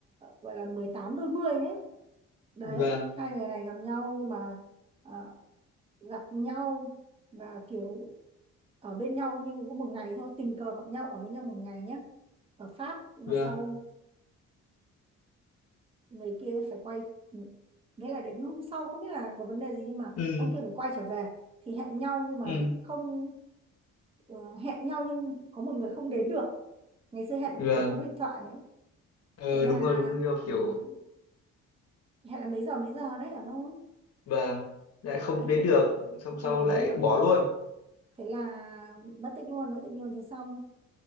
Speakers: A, on the right; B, on the left.
A: gọi là 18 đôi mươi ấy đấy
B: vâng
A: hai người này gặp nhau nhưng mà ờ, gặp nhau và kiểu ở bên nhau nhưng có một ngày thôi tình cờ gặp nhau ở bên nhau một ngày nhé ở Pháp nhưng mà
B: vâng
A: sau người kia phải quay nghĩa là đến hôm sau không biết là có vấn đề gì nhưng mà
B: ừ.
A: ông kia phải quay trở về thì hẹn nhau nhưng mà
B: ừ.
A: không ờ, hẹn nhau nhưng có một người không đến được ngày xưa hẹn cái
B: vâng
A: kiểu không có điện thoại đấy
B: ờ,
A: thế là
B: đúng rồi đúng rồi
A: ừm,
B: kiểu
A: hẹn là mấy giờ mấy giờ đấy ở đâu ấy.
B: vâng lại không
A: đấy
B: đến
A: thì
B: được xong
A: không
B: sau
A: đến
B: lại
A: được
B: bỏ luôn
A: thế là mất tích luôn mất tích luôn thế xong